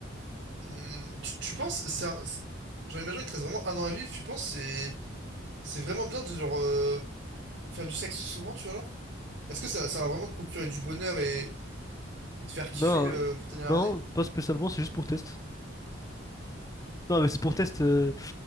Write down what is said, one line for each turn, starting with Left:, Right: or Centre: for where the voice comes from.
Right: Hum, tu, tu penses, c'est un- c'est- genre, imagine, il te reste vraiment un an à vivre, tu penses, c'est, c'est vraiment bien de, genre, euh, faire du sexe souvent, tu vois, alors? Est-ce que ça, ça va vraiment te procurer du bonheur et, et te faire kiffer
Left: Non,
Right: euh, pour ta dernière
Left: non,
Right: année?
Left: pas spécialement, c'est juste pour test. Non, mais c'est pour test euh,